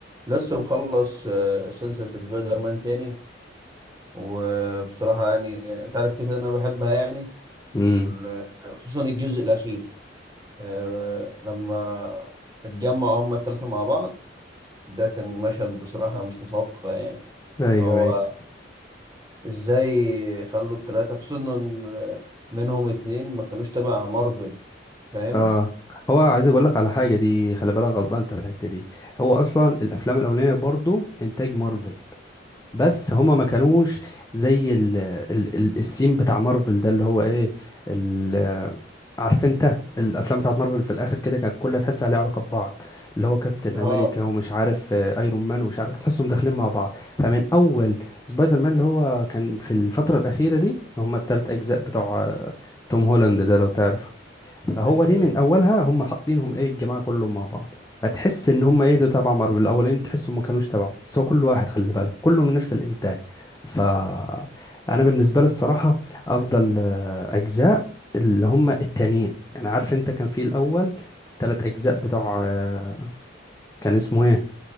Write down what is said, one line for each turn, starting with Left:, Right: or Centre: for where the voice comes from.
Right: لسه مخلص آه، سلسلة سبايدر مان تاني وبصراحة يعني انت عارف كده كده انا بحبها يعني
Left: امم
Right: وال- خصوصا الجزء الاخير آه، لما اتجمعوا هما التلاتة مع بعض ده كان مشهد بصراحة مش متوقع يعني
Left: ايوه
Right: اللي هو
Left: ايوه
Right: ازاي خلوا التلاتة خصوصا إن منهم اتنين ما كانوش تبع مارفل فاهم؟
Left: اه هو عايز اقول لك على حاجه دي خلي بالك غلطان انت في الحته دي هو اصلا الافلام الاولانيه برضو انتاج مارفل بس هما ما كانوش زي ال ال ال السين بتاع مارفل ده اللي هو ايه ال عارف انت الافلام بتاعت مارفل في الاخر كده كانت كلها تحسها ليها علاقه ببعض اللي هو كابتن
Right: اه
Left: امريكا ومش عارف آه، ايرون مان ومش عارف تحسهم داخلين مع بعض فمن اول سبايدر مان اللي هو كان في الفتره الاخيره دي اللي هما التلات اجزاء بتوع آه، توم هولاند ده لو تعرف فهو
Right: ايوه
Left: دي
Right: ايوه
Left: من اولها هم حاطينهم ايه الجماعه كلهم مع بعض هتحس ان هم ايه ده تبع مارفل الاولين تحسهم ما كانوش تبعه بس هو كل واحد خلي بالك كله من نفس الانتاج ف انا بالنسبه لي الصراحه افضل آه، اجزاء اللي هم التانيين يعني عارف انت كان في الاول تلات اجزاء بتوع آه، كان اسمه ايه